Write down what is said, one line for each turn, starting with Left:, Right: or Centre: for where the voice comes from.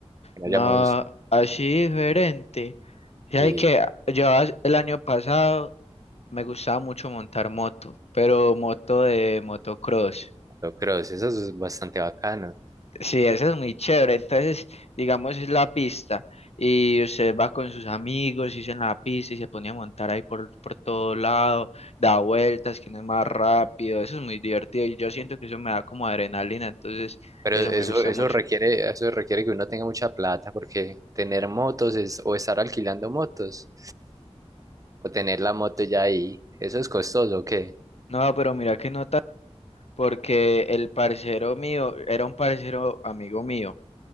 Right: Que no
Left: No,
Right: hayamos,
Left: así diferente. Ya
Right: sí,
Left: que yo as- el año pasado me gustaba mucho montar moto, pero moto de motocross.
Right: motocross, eso es bastante bacano.
Left: Sí, esa es muy chévere. Entonces, digamos, es la pista y usted va con sus amigos y en la pista y se pone a montar ahí por, por todo lado, da vueltas, quién es más rápido. Eso es muy divertido y yo siento que eso me da como adrenalina. Entonces,
Right: Pero
Left: eso
Right: eso,
Left: me gusta
Right: eso
Left: mucho.
Right: requiere, eso requiere que uno tenga mucha plata, porque tener motos es, o estar alquilando motos, o tener la moto ya ahí, eso es costoso, ¿o qué?
Left: No, pero mira qué nota, porque el parcero mío era un parcero amigo mío